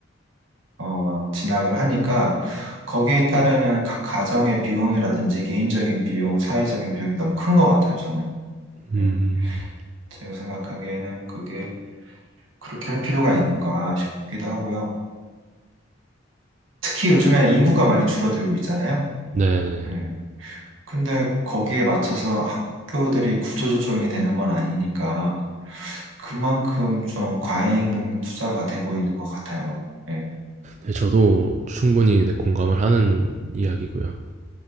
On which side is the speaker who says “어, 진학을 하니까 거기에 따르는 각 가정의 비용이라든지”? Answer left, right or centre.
Right